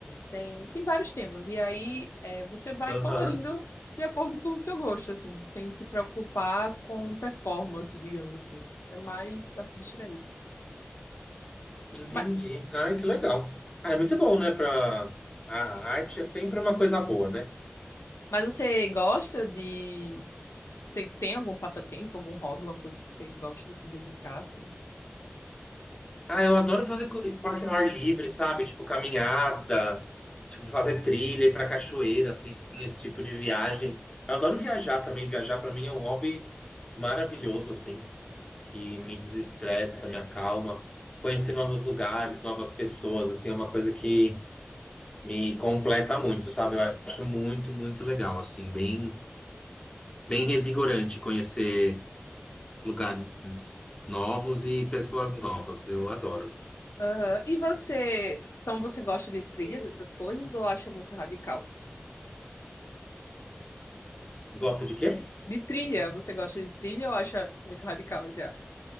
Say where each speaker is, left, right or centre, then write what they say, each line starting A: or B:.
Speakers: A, on the left; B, on the left.
A: tem, tem vários temas. E aí é, você vai
B: Aham.
A: colorindo de acordo com o seu gosto, assim, sem se preocupar com performance, digamos assim. É mais pra se distrair.
B: Entendi.
A: Mas,
B: Ai, que legal. Ah, é muito bom, né? Pra... A arte é sempre uma coisa boa, né?
A: mas você gosta de Você tem algum passatempo, algum hobby, alguma coisa que você gosta de se dedicar, assim?
B: Ah, eu adoro fazer co- esporte ao ar livre, sabe? Tipo caminhada, tipo fazer trilha, ir pra cachoeira, assim, esse tipo de viagem. Eu adoro viajar também. Viajar pra mim é um hobby maravilhoso, assim, que me desestressa, me acalma. Conhecer novos lugares, novas pessoas, assim, é uma coisa que me completa muito, sabe? Eu acho muito, muito legal, assim, bem, bem revigorante conhecer lugares novos e pessoas novas. Eu adoro.
A: Aham. E você, então você gosta de trilha, dessas coisas, ou acha muito radical?
B: Gosta de quê?
A: De trilha, você gosta de trilha ou acha muito radical já?